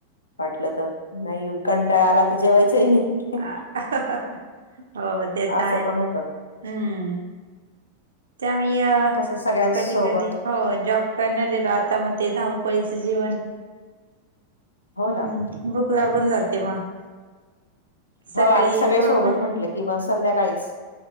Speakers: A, on the left; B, on the right.
A: वाटलं तर नाही कंटाळा आला तर जेवायचंय नाही.
B: हा होय ते तर
A: असं
B: आहे
A: पण
B: हम्म
A: होतं.
B: त्यामुळं हे
A: कसं सगळ्यांसोबत
B: कधी कधी हो जॉब कर ने दे ग आता म धावपळीच जीवन
A: हो
B: हम्म
A: ना
B: भूक लागून जाते मग सकाळी
A: हो आणि सगळे
B: थ
A: सोबत
B: हम्म
A: म्हटलं की मग संध्याकाळीच